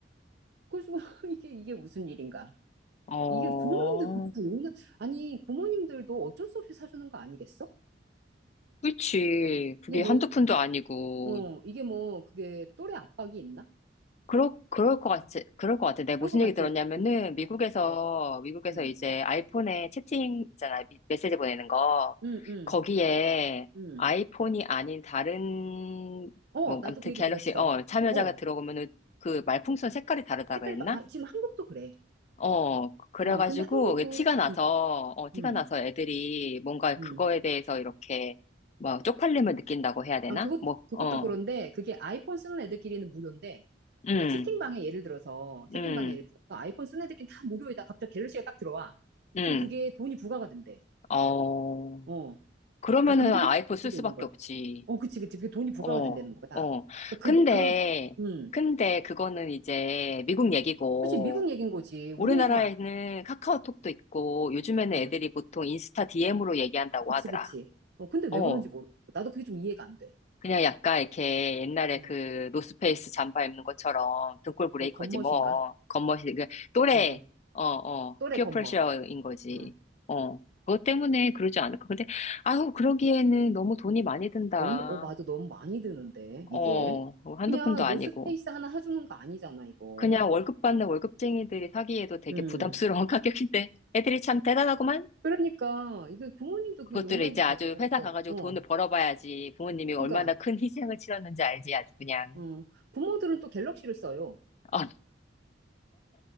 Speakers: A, on the right; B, on the left.
A: 그래서 <laughs> 이게 이게 무슨 일인가?
B: 어,
A: 이게 부모님들 그게 렇다 용납, 아니, 부모님들도 어쩔 수 없이 사주는 거 아니겠어?
B: 그치. 그게
A: 이게 뭐,
B: 한두 푼도 아니고,
A: 어, 이게 뭐, 그게 또래 압박이 있나?
B: 그럴, 그럴 것 같지, 그럴 것 같아. 내가
A: 그럴
B: 무슨
A: 것 같지?
B: 얘기 들었냐면은,
A: 그치?
B: 미국에서,
A: 어, 어,
B: 미국에서
A: 음,
B: 이제 아이폰에 채팅 있잖아. 미- 메시지 보내는 거.
A: 음, 음,
B: 거기에
A: 음.
B: 아이폰이 아닌 다른,
A: 어,
B: 뭐,
A: 나도
B: 아무튼
A: 그 얘기
B: 갤럭시,
A: 들었어.
B: 어, 참여자가
A: 어,
B: 들어오면은 그 말풍선 색깔이 다르다
A: 색깔이,
B: 고 했나
A: 바- 아, 지금 한국도 그래.
B: 어, 그래가지고
A: 어, 근데 한국은,
B: 게 티가 나서,
A: 음,
B: 어, 티가
A: 음,
B: 나서 애들이 뭔가
A: 음.
B: 그거에 대해서 이렇게 뭐 쪽팔림을 느낀다고 해야 되나?
A: 아, 그것,
B: 뭐,
A: 그것도
B: 어,
A: 그런데, 그게 아이폰 쓰는 애들끼리는 무료인데,
B: 음,
A: 그러니까 채팅방에 예를 들어서, 채팅방에
B: 음,
A: 예를 들어서, 아이폰 쓰는 애들끼리 다 무료에다 갑자기 갤럭시가 딱 들어와.
B: 음,
A: 그럼 그게 돈이 부과가 된대.
B: 어.
A: 어.
B: 그러면은
A: 그러니까 금전적인
B: 아이폰 쓸
A: 이유도
B: 수밖에
A: 있는 거야.
B: 없지.
A: 어, 그치, 그치. 그게 돈이 부과가
B: 어,
A: 된다는 거야.
B: 어.
A: 그,
B: 근데,
A: 그, 음.
B: 근데 그거는 이제 미국 얘기고,
A: 그치, 미국 얘긴 거지. 우리는
B: 우리나라에는
A: 그거 안,
B: 카카오톡도 있고, 요즘에는
A: 응,
B: 애들이 보통 인스타 DM으로 얘기한다고
A: 그치,
B: 하더라.
A: 그치. 어, 근데 왜
B: 어.
A: 그런지 모르겠어. 나도 그게 좀 이해가 안 돼.
B: 그냥 약간 이렇게 옛날에
A: 음,
B: 그 노스페이스 잠바 입는 것처럼 등골 브레이커지
A: 얘 겉멋인가?
B: 뭐, 겉멋이, 그 또래,
A: 응,
B: 어, 어,
A: 또래
B: 피어
A: 겉멋.
B: 프레셔인 거지.
A: 응.
B: 어. 그것 때문에 그러지 않을까. 근데, 아우, 그러기에는 너무 돈이 많이 든다.
A: 너무, 어, 맞아. 너무 많이 드는데, 이게.
B: 어, 뭐 한두
A: 그냥
B: 푼도 아니고.
A: 노스페이스 하나 해주는 거 아니잖아, 이거.
B: 그냥 월급 받는 월급쟁이들이 사기에도 되게
A: 응,
B: 부담스러운 <laughs> 가격인데 애들이 참 대단하구만.
A: 그러니까, 이거 부모님도
B: 그것들을
A: 그 용납이
B: 이제 아주
A: 되고,
B: 회사 가가지고
A: 어,
B: 돈을 벌어봐야지 부모님이 얼마나
A: 그러니까,
B: 큰 희생을 치렀는지 알지 아주 그냥.
A: 어, 부모들은 또 갤럭시를 써요.
B: 어,